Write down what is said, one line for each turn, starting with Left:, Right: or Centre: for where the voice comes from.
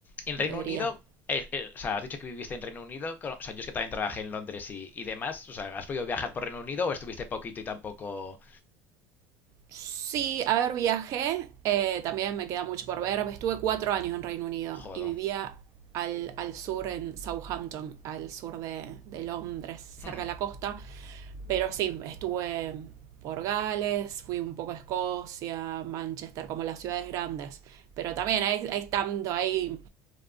Left: en
Right: debería.
Left: Reino Unido, eh, eh, o sea, has dicho que viviste en Reino Unido, con- o sea, yo es que también trabajé en Londres y, y demás, o sea, ¿has podido viajar por Reino Unido o estuviste poquito y tampoco...
Right: Sí, a ver, viajé, eh, también me queda mucho por ver. Estuve cuatro años en Reino Unido
Left: Jodo.
Right: y vivía al, al sur, en Southampton, al sur de, de Londres, cerca
Left: <laughs>
Right: de la costa. Pero sí, estuve por Gales, fui un poco a Escocia, Manchester, como las ciudades grandes. Pero también hay, hay tanto, ahí